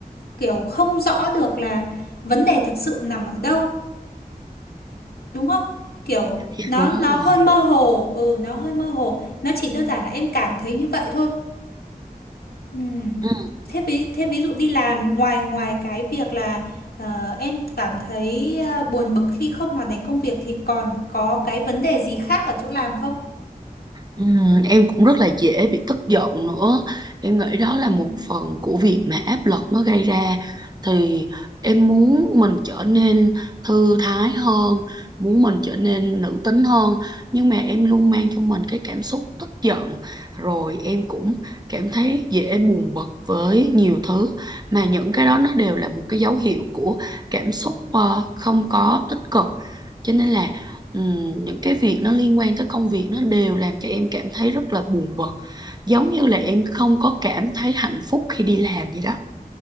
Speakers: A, on the left; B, on the right.
A: kiểu không rõ được là vấn đề thực sự nằm ở đâu đúng không kiểu
B: Dạ,
A: nó
B: đúng
A: nó
B: rồi
A: hơi mơ hồ ừ nó hơi mơ hồ nó chỉ đơn giản là em cảm thấy như vậy thôi ừ.
B: Ừ.
A: thế ví thế ví dụ đi làm ngoài ngoài cái việc là ờ, em cảm thấy ờ, buồn bực khi không hoàn thành công việc thì còn có cái vấn đề gì khác ở chỗ làm không
B: Ừm, em cũng rất là dễ bị tức giận nữa em nghĩ đó là
A: ừ
B: một phần của việc mà áp lực nó gây ra thì em muốn mình trở nên thư thái hơn muốn mình trở nên nữ tính hơn nhưng mà em luôn mang trong mình cái cảm xúc tức giận rồi em cũng cảm thấy dễ buồn bực với nhiều thứ mà những cái đó nó đều là một cái dấu hiệu của cảm xúc ờ, không có tích cực cho nên là Ừm, những cái việc nó liên quan tới công việc nó đều làm cho em cảm thấy rất là buồn bực giống như là em không có cảm thấy hạnh phúc khi đi làm vậy đó